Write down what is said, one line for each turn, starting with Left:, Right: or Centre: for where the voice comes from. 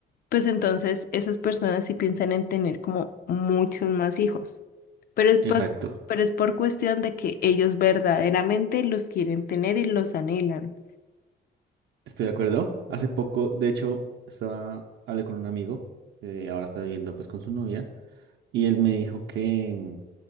Left: pues entonces esas personas sí piensan en tener como muchos más hijos, pero es pues,
Right: Exacto.
Left: pero es por cuestión de que ellos verdaderamente los quieren tener y los anhelan.
Right: Estoy de acuerdo. Hace poco, de hecho, estaba, hablé con un amigo que ahora está viviendo pues con su novia y él me dijo que,